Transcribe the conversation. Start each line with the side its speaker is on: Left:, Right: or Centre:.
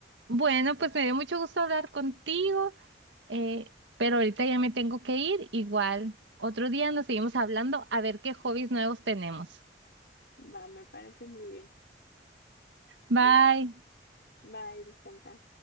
Right: Bueno, pues me dio mucho gusto hablar contigo, eh, pero ahorita ya me tengo que ir. Igual, otro día nos seguimos hablando a ver qué hobbies nuevos tenemos.
Left: va, me parece muy bien,
Right: Bye.
Left: pues, bye, descansa.